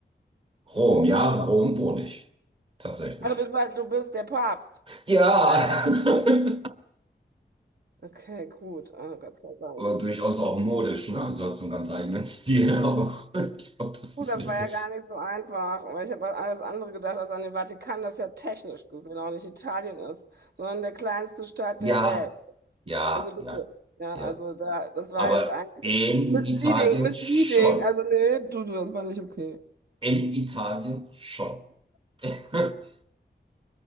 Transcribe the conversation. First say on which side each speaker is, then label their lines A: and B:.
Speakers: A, on the right; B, on the right.
A: Rom, ja, Rom wohne ich. Tatsächlich.
B: Ah, du bist, du bist der Papst.
A: Ja,
B: Nein.
A: <laughs>
B: Okay, gut. Ah, Gott sei Dank.
A: aber durchaus auch modisch, ne? Also hat so einen ganz eigenen Stil, aber <laughs> ich glaube, das
B: Gut,
A: ist
B: das
A: nicht
B: war
A: so.
B: ja gar nicht so einfach, weil ich habe an alles andere gedacht, als an den Vatikan, das ja technisch gesehen auch nicht Italien ist, sondern der kleinste Staat
A: Ja,
B: der Welt.
A: ja,
B: Also bitte.
A: ja,
B: Ja,
A: ja.
B: also da, das war
A: Aber
B: jetzt eigentlich
A: in
B: misleading,
A: Italien
B: misleading.
A: schon.
B: Also nee, du, du, das war nicht okay.
A: In Italien schon. <laughs>